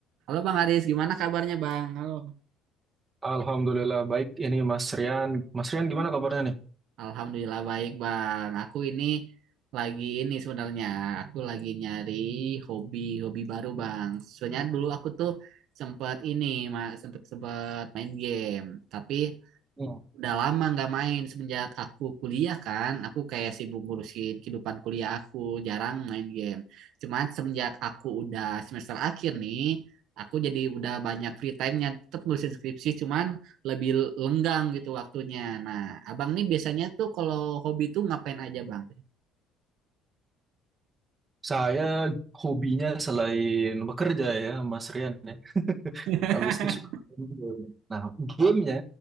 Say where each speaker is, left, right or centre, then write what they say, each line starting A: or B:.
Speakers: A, on the right; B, on the right.
A: Halo Bang Aris, gimana kabarnya Bang? Halo.
B: Alhamdulillah baik ini Mas Rian. Mas Rian gimana kabarnya nih?
A: Alhamdulillah baik Bang. Aku ini lagi ini sebenarnya aku lagi nyari hobi hobi baru Bang. Sebenarnya dulu aku tuh sempat ini ma- sempat sempat main game, tapi
B: Hmm.
A: udah lama nggak main semenjak aku kuliah kan aku kayak sibuk ngurusin kehidupan kuliah aku jarang main game cuman semenjak aku udah semester akhir nih aku jadi udah banyak free time-nya tetap ngurusin skripsi cuman lebih lenggang gitu waktunya nah abang nih biasanya tuh kalau hobi tuh ngapain aja bang
B: Saya hobinya selain bekerja ya Mas Rian ya.
A: <laughs>
B: Habis itu suka main game. Nah, gamenya.